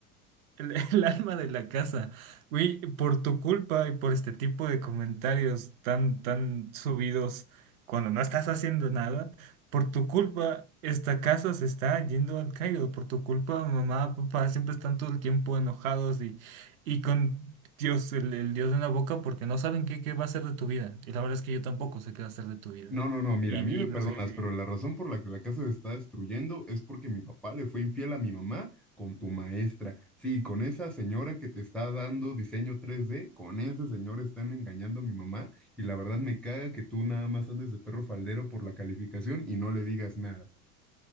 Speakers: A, on the right; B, in the centre.
A: El, el alma de la casa. Güey, por tu culpa y por este tipo de comentarios tan, tan subidos cuando no estás haciendo nada, por tu culpa esta casa se está yendo al caído. Por tu culpa, mamá, papá siempre están todo el tiempo enojados y, y con Dios, el, el Dios en la boca, porque no saben qué, qué va a ser de tu vida. Y la verdad es que yo tampoco sé qué va a ser de tu vida.
B: No, no, no, mira,
A: Y,
B: a mí me
A: y
B: perdonas,
A: no sé si...
B: pero la razón por la que la casa se está destruyendo es porque mi papá le fue infiel a mi mamá con tu maestra. Sí, con esa señora que te está dando diseño tres d con ese señor están engañando a mi mamá y la verdad me caga que tú nada más andes de perro faldero por la calificación y no le digas nada.